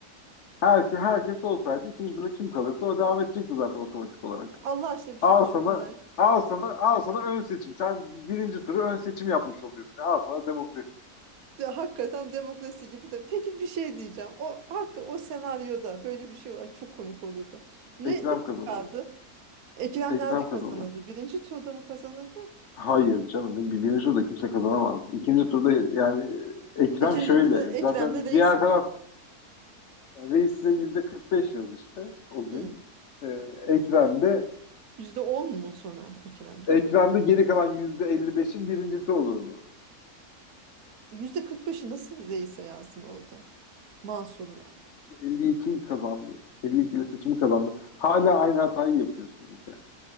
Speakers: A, on the left; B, on the right.
A: herki herkes olsaydı ikinci tura kim kalırsa o devam edecekti zaten otomatik olarak.
B: Allah aşkına bir şey
A: Al
B: çok
A: sana,
B: merak
A: al sana, al sana ön seçim. Sen birinci turu ön seçim yapmış oluyorsun. Al sana demokrasi.
B: de, hakikaten demokrasi gibi de. Peki bir şey diyeceğim. O hak o senaryoda böyle bir şey var. Çok komik olurdu. Ne
A: Ekrem
B: ne
A: kazanır.
B: çıkardı? Ekrem
A: Ekrem
B: nerede kazanıldı?
A: kazanır.
B: Birinci turda mı kazanıldı?
A: Hayır canım. bir- Birinci turda kimse kazanamaz. İkinci turda yani Ekrem
B: İkinci
A: şöyle.
B: turda Ekrem'de
A: Zaten
B: reis
A: diğer
B: mi?
A: taraf yani reis size yüzde 45 yaz işte o gün.
B: Hmm.
A: Ee, Ekrem de
B: Yüzde on mu sona Ekrem'de?
A: Ekrem de geri kalan yüzde 55'in birincisi olurdu.
B: Yüzde kırk beşi nasıl reise yazdın orada? Mansur var.
A: 52 kazandı. 52 ile seçimi kazandı. Hala aynı hatayı yapıyorsunuz yani.